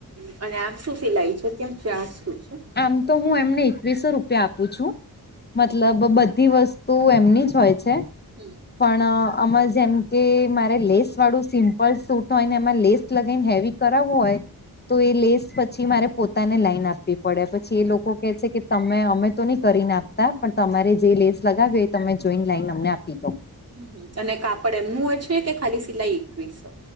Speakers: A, on the right; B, on the left.
A: હ અને આમ શું સિલાઈ છે ત્યાં ચારજ શું છે?
B: આમ તો હું એમને એકવીસો રૂપિયા આપું છું. મતલબ બધી વસ્તુ એમની જ હોય છે.
A: હમ
B: પણ અમર જેમ કે મારે લેસ વાળું સિમ્પલ સૂટ હોય ને એમાં લેસ લગન હેવી કરાવવું હોય તો એ લેસ પછી મારે પોતાને લાઈન આપ પડે પછી એ લોકો કે છે કે તમે અમે તો નહી કરી નાખતા પણ તમારે જે લેસ લગાવ્યો એ તમે જોઈન્ટ લાઈન અમને આપી દો.
A: હમ અને કાપડ એમનું હોય છે કે ખાલી સિલાઈ એકવીસો